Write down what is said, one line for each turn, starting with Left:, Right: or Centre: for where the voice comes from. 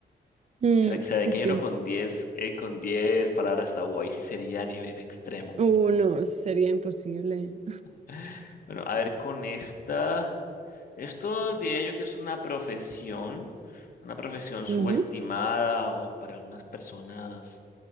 Right: Mm,
Left: ¿Será, será
Right: sí,
Left: que
Right: sí.
Left: hay uno con diez, eh, con 10 palabras tabú? Ahí sí sería a nivel extremo.
Right: Uh,
Left: <gasps>
Right: no, sería imposible.
Left: <sighs> Bueno, a ver, con esta. Esto diría yo que es una profesión, una profesión subestimada
Right: Ujú.
Left: o para algunas personas